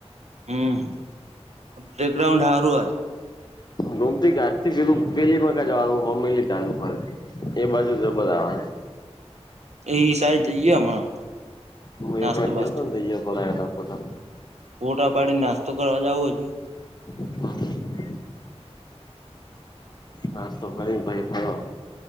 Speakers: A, on the right; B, on the left.
A: હમ્મ, પ્લેગ્રાઉન્ડ હારૂ હે.
B: ગુમતી ઘાસ થી પેલું પેલીમાંકા જવાનું હો મેળીવા. એ બાજુ છે બધા.
A: એ સાઈડ જઈએ હમણાં.
B: હું
A: નાસ્તો
B: એક વાર
A: બાસ્તો
B: જોયોતો ને દઈ ખલા તતા.
A: ફોટા પાડીને નાસ્તો કરવા જાવું હજુ.
B: <inaudible> નાસ્તો કરી ભાઈ ફરો.